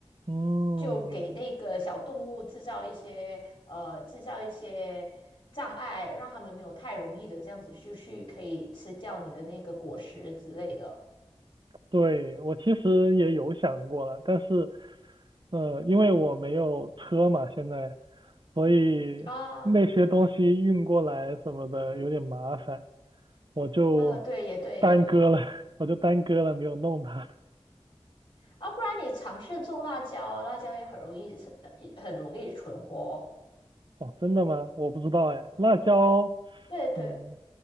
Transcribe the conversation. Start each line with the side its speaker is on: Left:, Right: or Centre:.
Right: 嗯，
Left: 就给那个小动物制造一些呃制造一些障碍，让他们没有太容易的这样子就去可以吃掉你的那个果实之类的
Right: 对，我其实也有想过了，但是，呃，因为我没有车嘛，现在，所以那些东西运过来什么的有点麻烦。
Left: 啊。
Right: 我就
Left: 呃，对，也对，
Right: 耽搁了，
Left: 也对。
Right: <laughs> 我就耽搁了，没有弄它。
Left: 啊，不然你尝试种辣椒啊，辣椒也很容易是，呃很容易存活哦。
Right: 哦，真的吗？我不知道哎。辣椒，
Left: 对对，
Right: 嗯